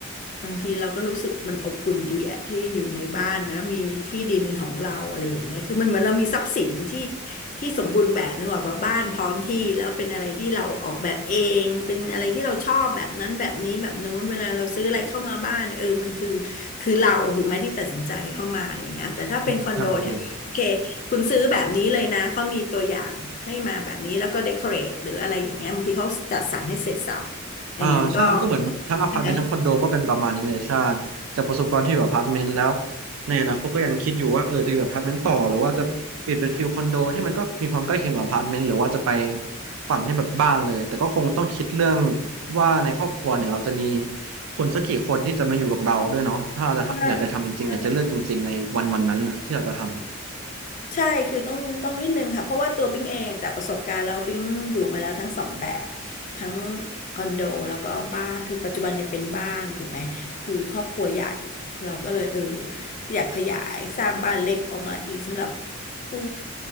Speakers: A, on the left; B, on the right.
A: บางทีเราก็รู้สึกมันอบอุ่นดีอะที่อยู่ในบ้านนะมีที่ดินเป็นของเราอะไรอย่างเงี้ยคือมันเหมือนเรามีทรัพย์สินที่ที่สมบูรณ์แบบนึกออกปะบ้านพร้อมที่แล้วเป็นอะไรที่เราออกแบบเองเป็นอะไรที่เราชอบแบบนั้นแบบนี้แบบนู้นเวลาเราซื้ออะไรเข้ามาบ้านเนี่ยเออมันคือคือเราถูกไหมที่ตัดสินใจเข้ามาอะไรอย่างเงี้ยแต่ถ้าเป็นคอนโดเนี่ยโอเค
B: อืมใช่ไม่เป็นไร
A: คุณซื้อแบบนี้เลยนะ เขามีตัวอย่างให้มาแบบนี้แล้วก็เดคอเรทหรืออะไรอย่างเงี้ยบางทีเขาจัดสรรให้เสร็จสรรพอย่างนั้นก็
B: อ่าใช่ก็เหมือนทั้งอพาร์ตเมนต์ทั้งคอนโดก็เป็นประมาณนี้เลยใช่
A: ใช่ไหม
B: จากประสบการณ์ที่อยู่อพาร์ตเมนต์แล้วในอนาคตก็ยังคิดอยู่ว่าเออจะอยู่อพาร์ตเมนต์ต่อหรือว่าจะเปลี่ยนเป็นฟิลคอนโดที่มันก็มีความใกล้เคียงกับอพาร์ตเมนต์หรือว่าจะไปฝั่งที่แบบบ้านเลยแต่ก็คงต้องคิดเรื่องว่าในครอบครัวเนี่ยเราจะมีคนสักกี่คนที่จะมาอยู่กับเราด้วยเนาะถ้าเราจะทำอยากจะทำจริงๆอยากจะเลือกจริงๆในวันวันนั้นน่ะที่เราจะทำ
A: ใช่ใช่ ใช่คือต้องต้องนิดนึงค่ะเพราะว่าตัวปิ๊งเองจากประสบการณ์แล้วปิ๊งอยู่มาแล้วทั้งสองแบบทั้งคอนโดแล้วก็บ้านคือปัจจุบันเนี่ยเป็นบ้านถูกไหมคือครอบครัวใหญ่เราก็เลยเอออยากขยายสร้างบ้านเล็กออกมาอีกสำหรับผู้